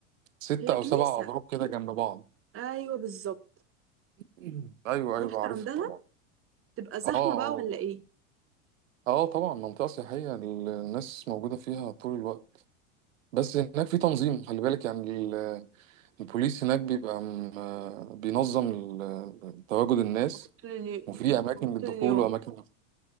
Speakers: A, on the right; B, on the right.
A: ستة
B: هي كنيسه
A: أو سبع أبراج كده جنب بعض
B: ايوه بالظبط
A: <clears throat> أيوه
B: رحت
A: أيوه عارفها
B: عندها
A: طبعا
B: تبقى زحمة
A: اه اه
B: بقى ولا ايه
A: اه آه، طبعا منطقة سياحية الناس موجودة فيها طول الوقت بس هناك في تنظيم خلي بالك يعني ال- البوليس هناك بيبقى م- آه، بينظم ال- تواجد الناس
B: موجود طول اليوم
A: وفي اماكن
B: موجود
A: للدخول
B: طول اليوم
A: واماكن